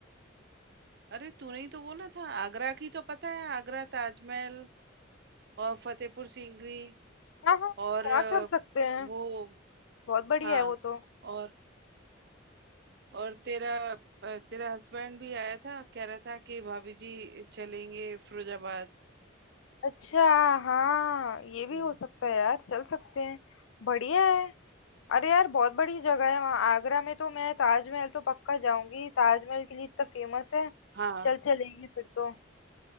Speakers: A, on the right; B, on the left.
A: अरे तूने ही तो बोला था आगरा की तो पता है आगरा ताजमहल और फतेहपुर सीकरी
B: हाँ हाँ
A: और
B: वहाँ
A: अ,
B: चल सकते हैं
A: वो
B: बहुत बढ़िया
A: हाँ
B: है वो तो
A: और और तेरा अ, तेरा हस्बैंड भी आया था कह रहा था कि भाभी जी चलेंगे फिरोजाबाद
B: अच्छा हाँ ये भी
A: हम्म।
B: हो सकता है यार चल सकते हैं बढ़िया है अरे यार बहुत बड़ी जगह है वहाँ आगरा में तो मैं ताजमहल तो पक्का जाऊंगी ताजमहल के लिए इतना फेमस है
A: हाँ
B: चल चलेंगे फिर तो